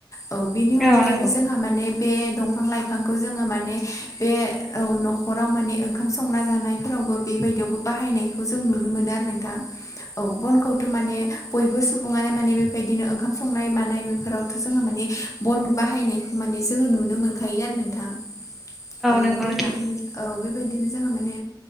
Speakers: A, on the left; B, in the centre.
A: औ बेनि अनगायैबो
B: औ नंगौ
A: जोंहा माने बे दंफां लाइफांखौ जोङो माने बे औ न'खराव माने ओंखाम संना जानाय फोरावबो बेबायदियावबो बाहायनायखौ जों नुनो मोनो आरो नोंथां औ बनखौथ' माने बयबो सुबुङानो माने बेफोरबायदिनो ओंखाम संनाय मानाय बेफोरावथ' जोंहा माने बन बाहायनाय खौ माने जोङो नुनो मोनखायो आरो नोंथां औ
B: नंगौ
A: बेबायदिनो
B: नोंथां
A: औ बेबायदिनो जोंहा माने